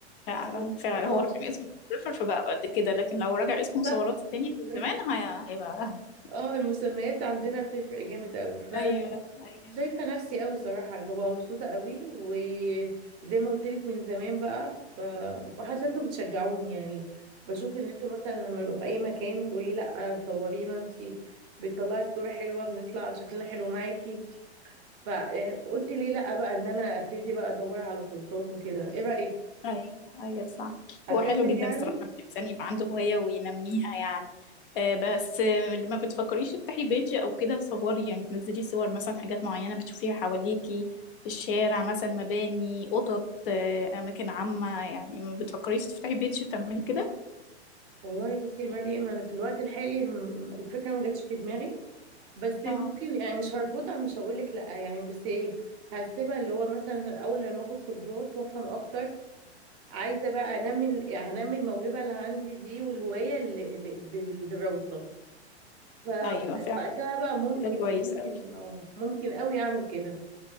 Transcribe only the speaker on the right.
بس
اه
بالظبط.
<laughs>
اه المسميات عندنا بتفرق جامد قوي
فشايفة
نفسي قوي صراحة ببقى مبسوطة قوي وزي ما قلت لك من زمان بقى ف... وحتى انتوا بتشجعوني يعني بشوف ان انتوا مثلا لما نبقى في اي مكان وتقولي لا صورينا انتي بتطلعي الصورة حلوة بنطلع شكلنا حلو معاكي فقلت ليه لا بقى ان انا ابتدي بقى ادور على كورسات وكده ايه رايك
اكمل
يعني
والله بصي يا مريم انا في الوقت الحالي م- الفكره ما جاتش في دماغي بس ممكن
يعني مش هرفضها مش هقول لك لا يعني بس ايه هسيبها اللي هو مثلا الاول لما اخد كورسات وافهم اكتر عايزه بقى انمي ال- يعني هنمي الموهبه اللي عندي دي والهوايه اللي, اللي بالدراسه فوقتها
بقى ممكن
ممكن
اه ممكن قوي اعمل كده